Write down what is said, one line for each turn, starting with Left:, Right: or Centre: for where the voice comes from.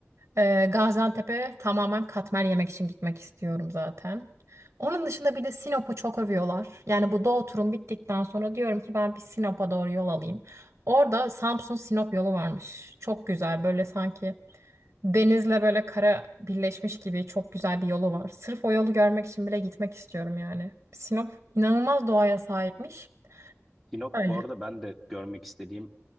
Right: Ee, Gaziantep'e tamamen katmer yemek için gitmek istiyorum zaten. Onun dışında bir de Sinop'u çok övüyorlar. Yani bu Doğu turum bittikten sonra diyorum ki ben bir Sinop'a doğru yol alayım. Orada Samsun-Sinop yolu varmış. Çok güzel böyle sanki denizle böyle kara birleşmiş gibi çok güzel bir yolu var. Sırf o yolu görmek için bile gitmek istiyorum yani. Sinop inanılmaz doğaya sahipmiş.
Centre: Sinop
Right: Öyle.
Centre: bu arada ben de görmek istediğim